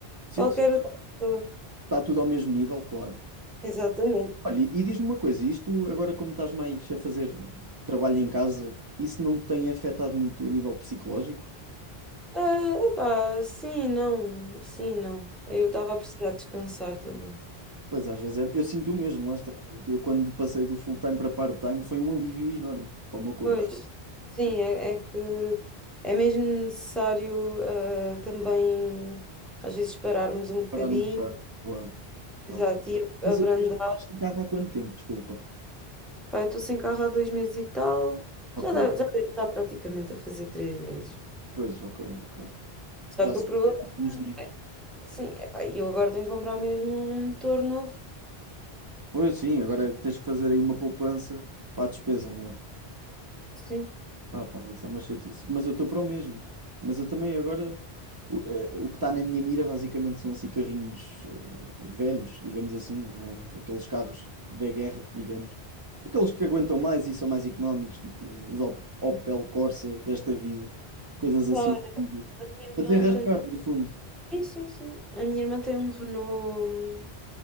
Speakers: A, on the right (about 35°); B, in the centre.
A: Sim,
B: qualquer
A: sim.
B: outra pessoa.
A: Está tudo ao mesmo nível, claro.
B: Exatamente.
A: Olha, e e diz-me uma coisa, isto agora como estás mais a fazer trabalho em casa, isso não te tem afetado muito a nível psicológico?
B: Ah, epá, sim, não, sim, não. Eu estava a precisar descansar também.
A: Pois às vezes é, eu sinto o mesmo, lá está. Eu quando passei do full-time para part-time foi um alívio enorme para o meu corpo.
B: Pois, sim, é, é que é mesmo necessário ah, também às vezes pararmos um bocadinho,
A: Parar um bocado, claro, claro.
B: exato, e abrandar.
A: Mas eh, mas tu estás sem carro há quanto tempo? Desculpa.
B: Pá, eu estou sem carro há dois meses e tal,
A: Ok,
B: já, dá- já deve estar praticamente a fazer três meses.
A: pois, ok, ok.
B: Só
A: Já
B: que
A: se-
B: o problema
A: já há uns dias.
B: é, sim, é pá, eu agora tenho que comprar mesmo um motor novo.
A: Pois sim, agora tens que fazer aí uma poupança para a despesa, né?
B: Sim.
A: Ah, pá, isso é uma chatice. Mas eu estou para o mesmo. Mas eu também agora. O, eh, o que está na minha mira basicamente são assim carrinhos eh, velhos, digamos assim, né? Aqueles carros da guerra, digamos. Aqueles que aguentam mais e são mais económicos, tipo os Op- Opel Corsa desta vida. Coisas assim.
B: Pá, olha, a minha irmã
A: Para desenrascar,
B: tem.
A: no fundo.
B: Sim, sim, sim. A minha irmã tem um Renault, hum,